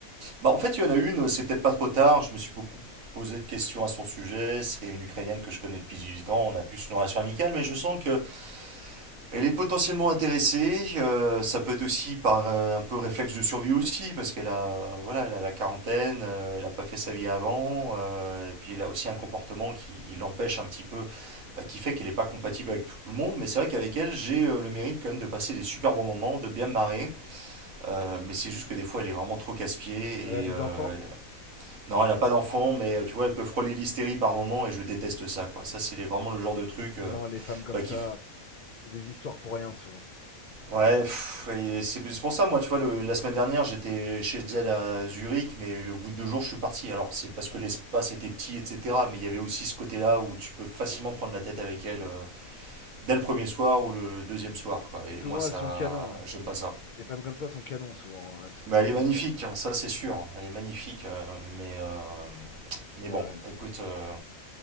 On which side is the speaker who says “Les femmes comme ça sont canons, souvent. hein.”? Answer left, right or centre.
Left